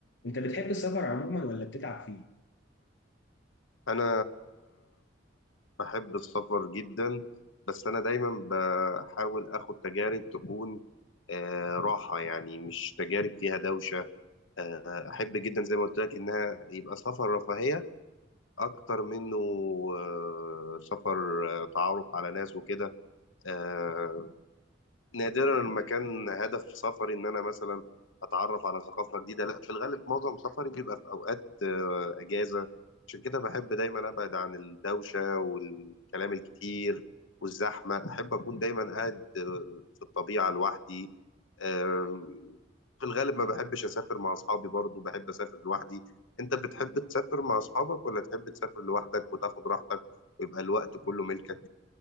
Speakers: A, on the left (about 65°); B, on the left (about 80°).
A: انت بتحب السفر عموما ولا بتتعب فيه
B: انا بحب السفر جدا بس أنا دايما بحاول آخد تجارب تكون آه، راحة يعني مش تجارب فيها دوشة آه، أحب جدا زي ما قلت لك إنها يبقى سفر رفاهية أكتر منه آه، سفر آه، تعرف على ناس وكده آه، نادرا ما كان هدف سفري ان انا مثلا اتعرف على ثقافه جديده لا في الغالب معظم سفري بيبقى في اوقات آه، اجازه عشان كده بحب دايما ابعد عن الدوشه والكلام الكتير والزحمه احب اكون دايما قاعد آه، في الطبيعه لوحدي آم، في الغالب ما بحبش اسافر مع اصحابي برضو بحب اسافر لوحدي انت بتحب تسافر مع اصحابك ولا تحب تسافر لوحدك وتاخد راحتك ويبقى الوقت كله ملكك